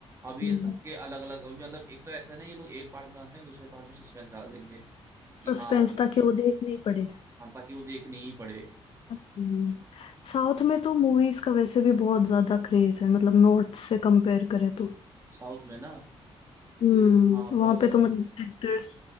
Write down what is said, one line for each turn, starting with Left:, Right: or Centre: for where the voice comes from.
Right: अभी
Left: हम्म
Right: इन सब के अलग अलग अभी मतलब एक तो ऐसा है ना ये लोग एक पार्ट बनाते हैं दूसरे पार्ट में सस्पेंस डाल देंगे कि
Left: सस्पेंस
Right: हाँ
Left: था कि वो देखनी पड़ेगा
Right: हाँ ताकि वो देखनी ही पड़े
Left: हम्म साउथ में तो मूवीज का वैसे भी बहुत ज्यादा क्रेज है मतलब नॉर्थ से कंपेयर करें तो
Right: साउथ में ना
Left: हम्म
Right: हाँ बहुत
Left: वहां
Right: ज्यादा
Left: पे तो मतलब एक्टर्स